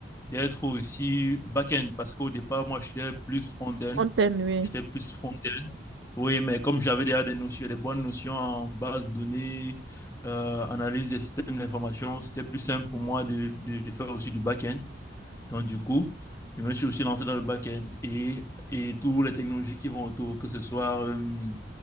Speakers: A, on the left; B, on the right.
A: d'être aussi back-end parce qu'au départ, moi, j'étais plus front-end.
B: on t'aime, oui.
A: J'étais plus front-end. Oui, mais comme j'avais déjà des notions, des bonnes notions en base de données, euh, analyse des systèmes d'information, c'était plus simple pour moi de, de, de faire aussi du back-end. Donc, du coup, je me suis aussi lancé dans le back-end et, et toutes les technologies qui vont autour, que ce soit euh,